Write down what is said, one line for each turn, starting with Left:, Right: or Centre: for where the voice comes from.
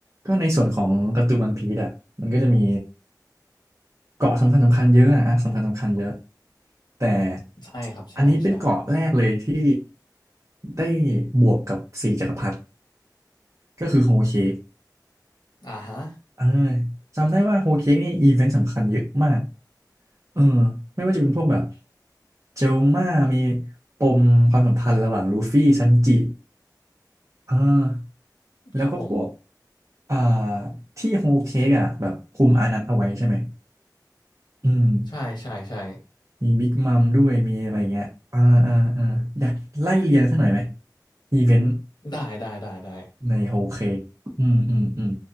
Right: ก็ในส่วนของการ์ตูนวันพีซอ่ะมันก็จะมีเกาะสำคัญสำคัญเยอะอะอาร์คสำคัญสำคัญเยอะแต่
Left: ใช่ครับใช่ใช่
Right: อันนี้เป็นเกาะแรกเลยที่ได้บวกกับสี่จักรพรรดิก็คือโฮเคก
Left: อ่าฮะ
Right: เออจำได้ว่าโฮเคกนี่อีเวนต์สำคัญเยอะมากเออไม่ว่าจะเป็นพวกแบบเจลม่ามีปมความสัมพันธ์ระหว่างลูฟี่ซันจิเออแล้วก็พวก
Left: ครับผม
Right: อ่าที่โฮเคกอ่ะแบบคุมอานัตเอาไว้ใช่ไหมอืม
Left: ใช่ใช่ใช่
Right: มีบิ๊กมัมด้วยมีอะไรเงี้ยอ่าอ่าอ่าอยากไล่เรียงสักหน่อยไหมอีเวนต์
Left: ได้ได้ได้ได้
Right: ในโฮเคกอืมอืมอืม